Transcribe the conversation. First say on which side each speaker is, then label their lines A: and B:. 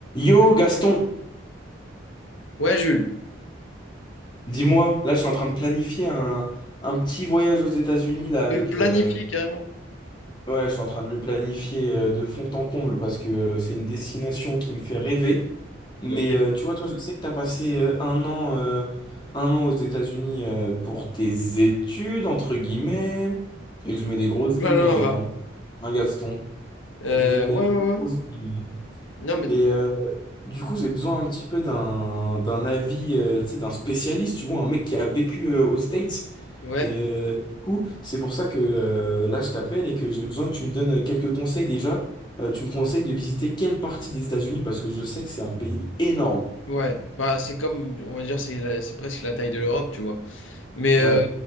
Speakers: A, on the left (about 25°); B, on the left (about 85°).
A: Yo Gaston,
B: Ouais, Jules,
A: dis-moi, là je suis en train de planifier un, un petit voyage aux États-Unis là avec
B: tu le planifies
A: euh,
B: carrément.
A: ouais, je suis en train de le planifier euh, de fond en comble parce que euh, c'est une destination qui me fait rêver. Mais
B: Ok.
A: euh, tu vois, toi, je sais que tu as passé euh, un an euh, un an aux États-Unis euh, pour tes études entre guillemets et je mets des grosses
B: Voilà,
A: guillemets
B: bah.
A: hein, Hein, Gaston,
B: Euh,
A: je mets des
B: ouais,
A: très
B: ouais, ouais.
A: grosses guillemets.
B: Non, mais
A: Et euh, Du coup, j'ai besoin un petit peu d'un d'un avis, euh, tu sais, d'un spécialiste, tu vois, un mec qui a vécu euh, aux States.
B: ouais,
A: Et euh, du coup, c'est pour ça que euh, là, je t'appelle et que j'ai besoin que tu me donnes quelques conseils déjà. Euh, tu me conseilles de visiter quelle partie des États-Unis parce que je sais que c'est un pays énorme.
B: ouais. Bah, c'est comme, on va dire, c'est la- c'est presque la taille de l'Europe, tu vois. Mais
A: Ouais.
B: euh,